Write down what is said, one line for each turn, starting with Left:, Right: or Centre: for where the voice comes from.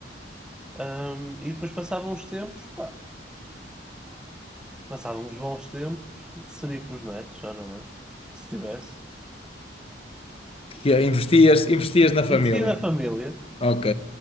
Centre: ahm, e depois passavam os tempos, pá, passavam os bons tempos, seria com os netos, ora bem, se tivesse.
Left: Que é, investias, investias na família.
Centre: Investia na família,
Left: Ok,